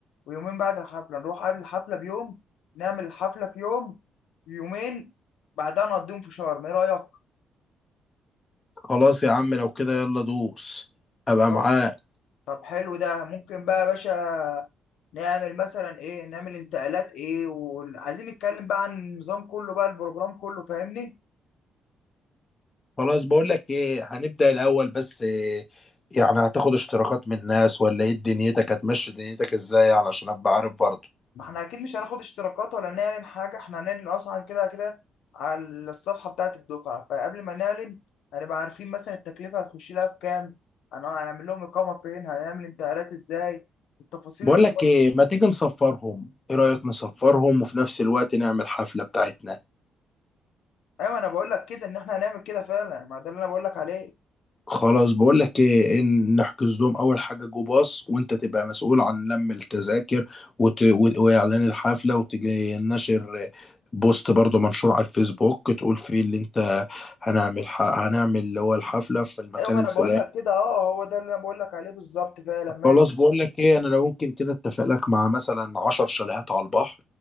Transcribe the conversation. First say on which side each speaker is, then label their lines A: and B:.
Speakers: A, on the left; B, on the left.
A: ويومين بعد الحفلة نروح قبل الحفلة بيوم نعمل الحفلة في يوم يومين بعدها نقضيهم في شرم ايه رأيك؟
B: خلاص يا عم لو كده يلا دوس ابقى
A: طيب
B: معاك
A: طب حلو ده ممكن بقى يا باشا نعمل مثلا ايه نعمل انتقالات ايه وعايزين نتكلم بقى عن النظام كله بقى البروجرام كله فاهمني
B: خلاص بقول لك ايه هنبدأ الاول بس إيه يعني هتاخد اشتراكات من الناس ولا ايه دنيتك هتمشي دنيتك ازاي يعني عشان ابقى عارف برضه
A: ما احنا اكيد مش هناخد اشتراكات ولا نعلن حاجه احنا هنعلن اصلا كده كده على الصفحه بتاعه الدفعه فقبل ما نعلن هنبقى عارفين مثلا التكلفه هتخش لها في كام هن- هنعمل لهم اقامه فين هنعمل انتقالات ازاي التفاصيل
B: بقول لك ايه ما تيجي نصفرهم ايه رأيك نصفرهم وفي نفس الوقت نعمل حفلة بتاعتنا
A: ايوه ما انا بقول لك كده ان احنا هنعمل كده فعلا ما ده اللي انا بقول لك عليه
B: خلاص بقول لك ايه إن نحجز لهم اول حاجة جو باص وانت تبقى مسؤول عن لم التذاكر وت... و- واعلان الحفلة وتجي نشر بوست برضه منشور على الفيسبوك تقول فيه اللي انت هنعمل ح... هنعمل اللي هو الحفلة في المكان
A: ايوه ما
B: الفلاني
A: انا بقول لك كده اه هو ده اللي انا بقول لك عليه بالظبط فعلا ماشي
B: خلاص بقول لك ايه انا لو ممكن كده اتفق لك مع مثلا 10 شاليهات على البحر